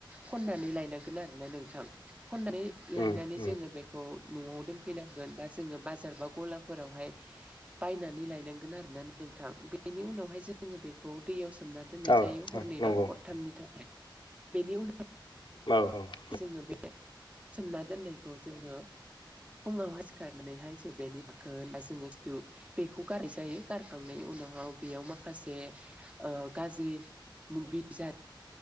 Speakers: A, on the right; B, on the left.
A: खननानै लायनांगोन आरोना नोंथां खननानै लायनानै
B: औ नंगौ
A: जोङो बेखौ खौ न'आव दोनफैनांगोन बा जोङो बाजार बा गलाफोरावहाय बायनानै लायनांगोन आरोना नोंथां बेनि उनावहाय जोङो बेखौ दैयाव सोमनानै दोननाय
B: औ
A: जायो हरनैबा
B: नंगौ
A: हरथामनि थाखाय बेनि उनाव
B: औ औ
A: जोङो बे सोमना दोननायखौ जोङो फुङावहाय सिखारनानैहाय जों बेनि दाखोन आरो जोङो खिथु बेखौ गाराय जायो गारखांनायनि उनाव बेयाव माखासे गाज्रि <unintelligible>